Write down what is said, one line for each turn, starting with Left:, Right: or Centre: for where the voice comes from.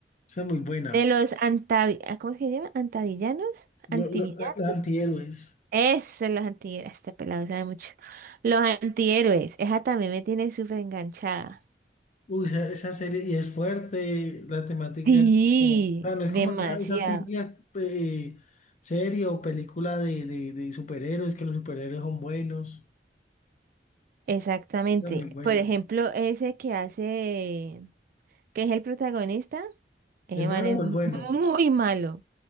Left: Esa es muy buena.
Right: De los antavi, ah, ¿cómo es que se llama? ¿Antavillanos?
Left: Lo-
Right: ¿Antivillanos?
Left: lo- los antihéroes.
Right: Eso, los antihéroes. Este pelado sabe mucho. Los antihéroes. Esa también me tiene súper enganchada.
Left: Uy, esa, esa serie, y es fuerte, la temática
Right: Sí,
Left: es como, o sea, no es
Right: demasiado.
Left: como esa, esa típica eh, serie o película de, de, de superhéroes, que los superhéroes son buenos.
Right: Exactamente.
Left: Esa es muy buena.
Right: Por ejemplo, ese que hace, que es el protagonista, ese
Left: ¿El malo
Right: man es
Left: o el bueno?
Right: muy malo.